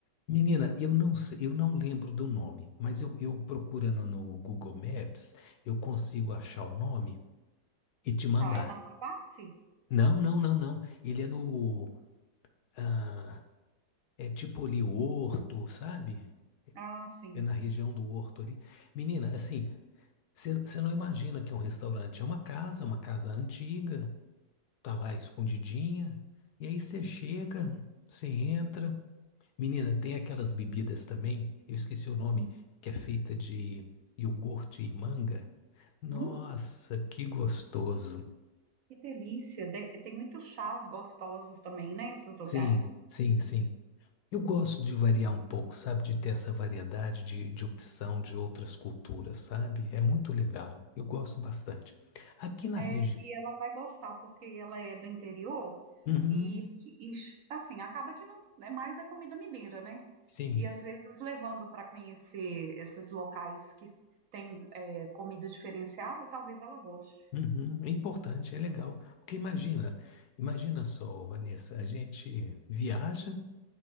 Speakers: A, on the left (about 75°); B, on the right (about 60°).
A: Menina, eu não sei, eu não lembro do nome, mas eu, eu procurando no Google Maps, eu consigo achar o nome e te mandar.
B: Tá, é na Favassi?
A: Não, não, não, não. Ele é no. ah, é tipo ali, Horto, sabe?
B: Ah, sim.
A: É na região do Horto ali. Menina, assim, você não imagina que é um restaurante. É uma casa, uma casa antiga, tá lá escondidinha. E aí você chega, você entra. Menina, tem aquelas bebidas também, eu esqueci o nome,
B: Hum,
A: que é feita de iogurte e manga. Nossa,
B: hum,
A: que gostoso.
B: que delícia. De- tem muitos chás gostosos também, né, esses lugares.
A: Sim, sim, sim. Eu gosto de variar um pouco, sabe? De ter essa variedade de, de opção de outras culturas, sabe? É muito legal. Eu gosto bastante. Aqui na
B: É,
A: região.
B: e ela vai gostar, porque ela é do interior
A: Uhum,
B: e, que- e, assim, acaba que não é mais a comida mineira, né?
A: sim.
B: E às vezes levando para conhecer esses locais que tem é, comida diferenciada, talvez ela goste.
A: Uhum, é importante, é legal. Porque imagina, imagina só, Vanessa, a gente viaja